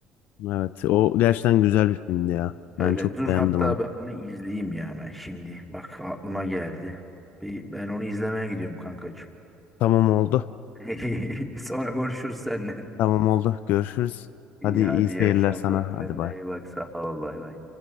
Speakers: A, on the left (about 65°); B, in the centre.
A: Evet o gerçekten güzel bir filmdi ya.
B: Öyle
A: Ben çok
B: dur
A: beğendim
B: hatta
A: onu.
B: ben onu izleyeyim ya ben şimdi. Bak aklıma geldi. Bir, ben onu izlemeye gidiyorum kankacığım.
A: Tamam oldu.
B: <laughs> Sonra konuşuruz seninle.
A: Tamam oldu. Görüşürüz.
B: İyi
A: Hadi iyi
B: hadi
A: seyirler
B: iyi akşamlar.
A: sana. Hadi
B: Kendine
A: bay.
B: iyi bak. Sağ ol. Bay bay.